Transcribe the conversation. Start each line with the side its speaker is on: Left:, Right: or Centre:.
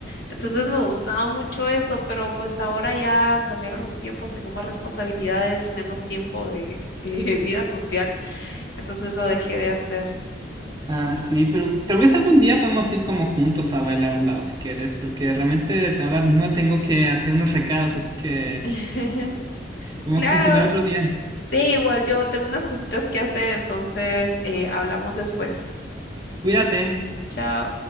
Left: Entonces me gustaba mucho eso, pero pues ahora ya cambiaron los tiempos, tengo más responsabilidades, menos tiempo de eh, <laughs> vida social, entonces lo dejé de hacer.
Right: Ah, sí, pero tal vez algún día podemos ir como juntos a bailar a un lado si quieres, porque realmente ahora mismo tengo que hacer unos recados, así que
Left: <laughs>
Right: podemos
Left: Claro,
Right: continuar otro día.
Left: sí, igual yo tengo unas cositas que hacer, entonces eh, hablamos después.
Right: Cuídate.
Left: Chao.